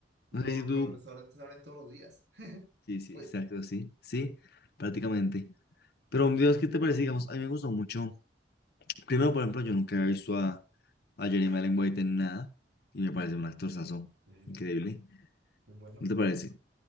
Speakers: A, on the right; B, on the left.
A: lo-
B: no sé si tú,
A: los restaurantes abren todos los días. <laughs>
B: sí, sí,
A: Pues,
B: exacto, sí, sí, prácticamente. Pero, Dios, ¿qué te parece? Digamos, a mí me gustó mucho. Primero, por ejemplo, yo nunca había visto a, a Jeremy Allen White en nada y me parece un actorzazo
A: Sí,
B: increíble.
A: muy bueno,
B: ¿No te parece?